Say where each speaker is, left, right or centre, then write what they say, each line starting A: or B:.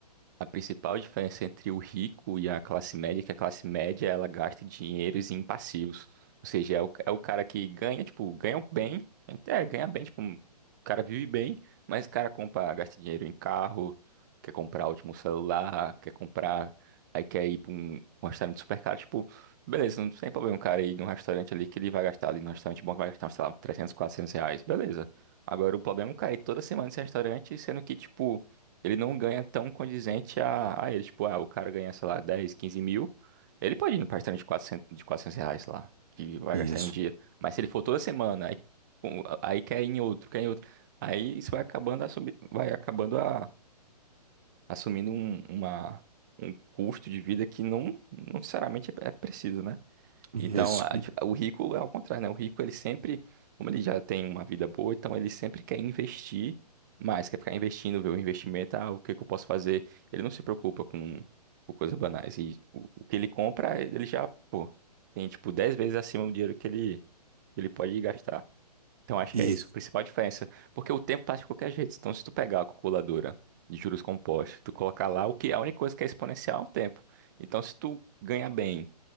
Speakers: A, on the right; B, on the right.
A: A principal diferença entre o rico e a classe média é que a classe média ela gasta dinheiros em passivos. Ou seja, é o, é o cara que ganha, tipo, ganha bem, até ganha bem, tipo, o cara vive bem, mas o cara compra, gasta dinheiro em carro, quer comprar o último celular, quer comprar, aí quer ir para um, um restaurante super caro, tipo, beleza, não tem problema o cara ir num restaurante ali que ele vai gastar ali, num restaurante bom que vai gastar, sei lá, 300 400 reais, beleza. Agora o problema é o cara ir toda semana nesse restaurante, sendo que, tipo, ele não ganha tão condizente a, a ele. Tipo, ah, o cara ganha, sei lá, 10, 15 mil. Ele pode ir no palestrante de quatrocentos de quatrocentos reais lá, que vai
B: Isso,
A: gastar em um dia. Mas se ele for toda semana, aí, um, aí quer ir em outro, quer ir em outro. Aí isso vai acabando, assumi, vai acabando a, assumindo um, uma, um custo de vida que não, não necessariamente é é preciso, né?
B: isso,
A: Então, a- tipo, o rico é ao contrário, né? O rico, ele sempre, como ele já tem uma vida boa, então ele sempre quer investir mais, quer ficar investindo, ver o investimento, ah, o que que eu posso fazer? Ele não se preocupa com, com coisas banais. E o, o que ele compra, ele já, pô, tem tipo 10 vezes acima do dinheiro que ele, que ele pode gastar. Então, acho
B: isso,
A: que é isso, a principal diferença. Porque o tempo passa de qualquer jeito. Então, se tu pegar a calculadora de juros compostos, tu colocar lá, o que a única coisa que é exponencial é o tempo. Então, se tu ganha bem,